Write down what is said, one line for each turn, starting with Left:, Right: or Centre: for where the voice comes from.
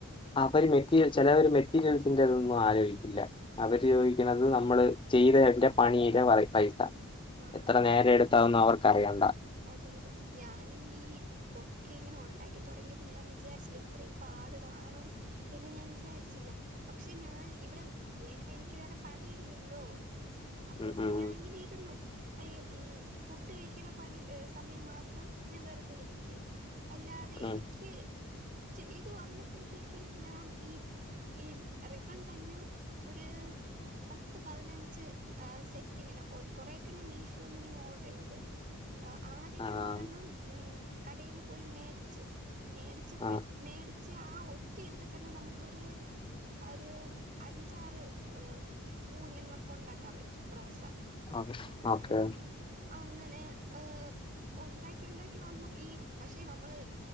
Left: ആഹ് അവരി മെറ്റീരിയൽ ചിലർ മെറ്റീരിയൽസിന്റെ അതൊന്നും ആലോചിക്കില്ല. അവര്
Right: ആഹ്
Left: ചോദിക്കുന്നത്
Right: ആഹ്.
Left: നമ്മള് ചെയ്തവന്റെ പണിയിലെ പറയും പൈസ.
Right: ആഹ്
Left: എത്ര
Right: ആഹ്.
Left: നേരെ എടുത്താവുന്ന് അവർക്ക് അറിയണ്ട
Right: അതെ അതെ ഞാനും ഈ ബൊക്കെ ഇങ്ങനെ ഉണ്ടാക്കി തുടങ്ങിയപ്പോ ഞാൻ വിചാരിച്ച ഇത്രയും പാട് കാണും എന്ന് ഞാൻ വിചാരിച്ചില്ല. പക്ഷേ ഞാൻ ഇവിടെ വേറെ എനിക്ക് വേറെ പണിയില്ലല്ലോ? അപ്പോഴത്തേക്ക്
Left: ഉം ഉം
Right: ഞാൻ ഇങ്ങനെ ഇരുന്ന് അയ്യോ ഉം ഫുഡ് കഴിക്ക്ണ പണി. ഏഹ് സമയം മാത്രം ഞാൻ വെറുതെ ഇരിക്കും അല്ലാതെ
Left: ഉം
Right: എനിക്ക് ചെയ്തു വന്നപ്പോഴത്തേക്കും ഞാൻ ഈ ഈ റിബൺ തന്നെ ഒര് പത്ത് പതിനഞ്ച് ആഹ സെറ്റിങ്ങനെ കുറെേയൊക്കെ ഞാൻ മീഷോ ഒന്ന് ഇങ്ങനെ ഓർഡർ ചെയ്ത്. ആദ്യം
Left: ആഹ്
Right: ഞാൻ ഒരെണ്ണം കടയിൽ ഉം നിന്ന് പോയി മേടിച്ച്. മേടിച്ചപ്പോഴ
Left: ആഹ്
Right: മേടിച്ച് ആഹ് ഒറ്റ ഇതിൽ തന്നെ നമുക്കൊര് ഒരു അഞ്ചാറ് ഹ് പൂഞ്ഞൾ നമുക്ക് ഉണ്ടാക്കാൻ പറ്റും റോസ.
Left: ഓ
Right: അങ്ങനെ
Left: ഓക്കെ
Right: അങ്ങനെ ആഹ് ഉണ്ടാക്കി ഉണ്ടാക്കി വന്ന ഈ പക്ഷേ നമ്മള്